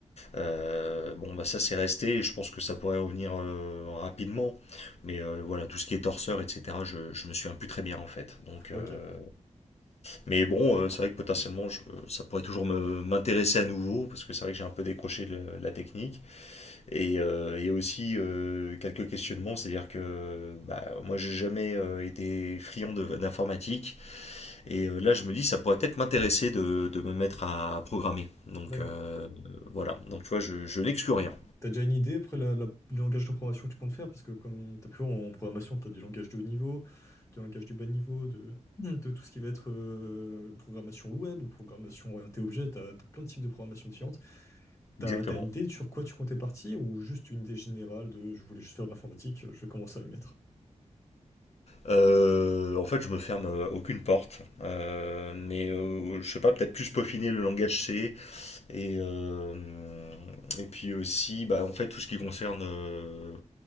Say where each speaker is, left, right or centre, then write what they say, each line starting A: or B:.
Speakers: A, on the left; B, on the left.
A: euh, bon, bah ça c'est resté, et je pense que ça pourrait revenir euh, rapidement. Mais euh, voilà, tout ce qui est torseur, etc., je, je me souviens plus très bien en fait. Donc,
B: Ok,
A: euh, Mais bon, euh, c'est vrai que potentiellement, je- ça pourrait toujours me- m'intéresser à nouveau, parce que c'est vrai que j'ai un peu décroché de la technique. Et euh, il y a aussi euh, quelques questionnements, c'est-à-dire que bah, moi j'ai jamais euh, été friand de- d'informatique. Et euh, là, je me dis, ça pourrait peut-être m'intéresser de, de me mettre à, programmer. Donc
B: d'accord.
A: euh, voilà, donc tu vois, je, je n'exclus rien.
B: T'as déjà une idée après la, la- le langage de programmation que tu comptes faire? Parce que comme t'as pu voir en programmation, t'as du langage de haut niveau, du langage du bas niveau, de, de tout ce qui va être euh, programmation web ou programmation orientée objet, t'as, t'as plein de types de programmation différentes. T'as,
A: Exactement.
B: t'as une idée sur quoi tu comptais partir ou juste une idée générale de je voulais juste faire de l'informatique, je vais commencer à m'y mettre.
A: Euh, en fait, je me ferme euh, aucune porte, Euh, mais euh, je sais pas, peut-être plus peaufiner le langage C et euh, et puis aussi, bah, en fait, tout ce qui concerne euh,